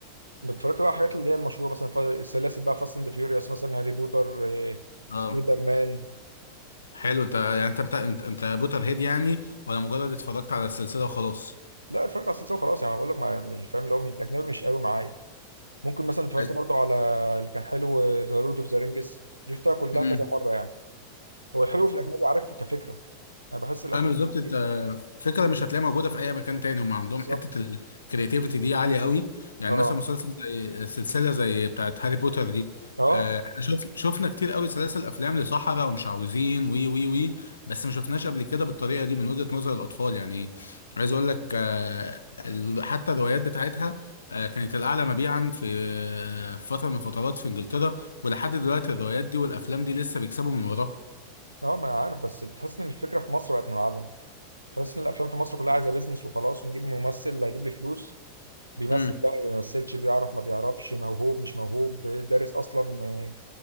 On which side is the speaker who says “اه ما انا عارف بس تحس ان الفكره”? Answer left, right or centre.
Right